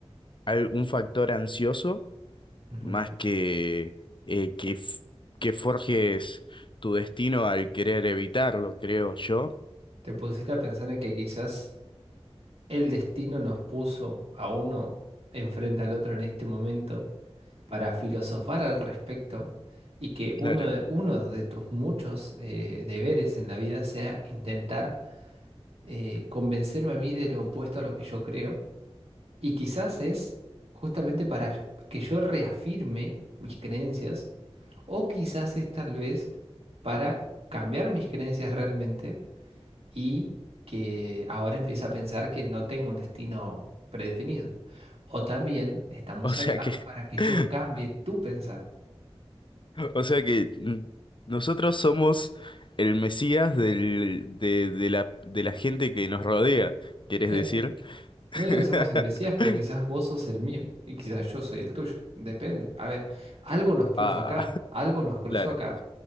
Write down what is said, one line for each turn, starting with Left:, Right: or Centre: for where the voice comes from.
Left: al- un factor ansioso
Right: Ujú.
Left: más que eh, que, f- que forjes tu destino al querer evitarlo, creo yo.
Right: ¿Te pusiste a pensar en que quizás el destino nos puso a uno enfrente al otro en este momento para filosofar al respecto y que
Left: Claro.
Right: uno de,
Left: <laughs>
Right: uno de tus muchos eh, deberes en la vida sea intentar eh, convencerme a mí de lo opuesto a lo que yo creo? Y quizás es justamente para que yo reafirme mis creencias o quizás es tal vez para cambiar mis creencias realmente y que ahora empieza a pensar que no tengo un destino predefinido. O también estamos
Left: O sea
Right: acá
Left: que,
Right: para que
Left: <laughs>
Right: yo cambie tu pensar.
Left: o sea que mm, nosotros somos el Mesías del, de, de la, de la gente que nos rodea, ¿quieres
Right: En-
Left: decir? <laughs>
Right: no digo que seamos el Mesías, pero quizás vos sos el mío y quizás yo soy el tuyo. Depende. A ver, algo nos puso
Left: Ah,
Right: acá, algo nos cruzó
Left: claro.
Right: acá.